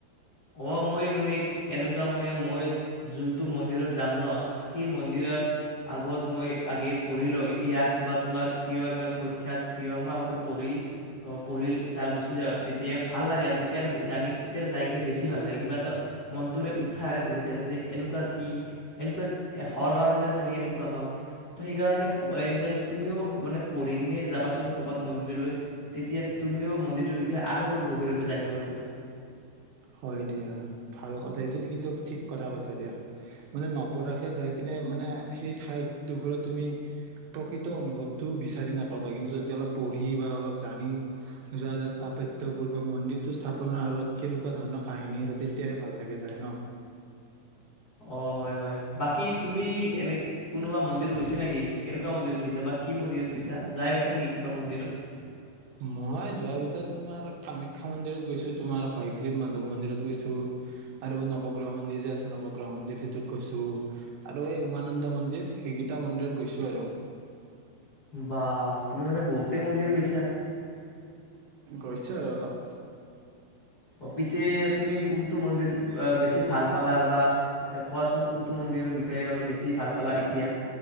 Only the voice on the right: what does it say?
হয় দিয়া ভাল কথা এইটোত কিন্তু ঠিক কথা কৈছা দিয়া মানে নপঢ়াকে যাই কিনে মানে সেই ঠাইডোখৰত তুমি প্ৰকৃত অনুভৱটো বিচাৰি নাপাবা কিন্তু যদি অলপ পঢ়ি বা অলপ জানি যোৱা যায় স্থাপত্য়বোৰ বা মন্দিৰটোো স্থাপন আঁৰত কিনো এনেকুৱা ধৰণৰ কাহিনী আছে তেতিয়াহে ভাল লাগে যায় ন
মই যোৱাৰ ভিতৰত তোমাৰ কামাখ্যা মন্দিৰত গৈছো তোমাৰ হয়গ্ৰীৱ মাধৱ মন্দিৰত গৈছো আৰু নৱগ্ৰহ মন্দিৰ যে আছে নৱগ্ৰহ মন্দিৰ সেইটোত গৈছোঁ আৰু এই উমানন্দ মন্দিৰ সেই গীতা মন্দিৰত গৈছোঁ আৰু
গৈছো আৰু অলপ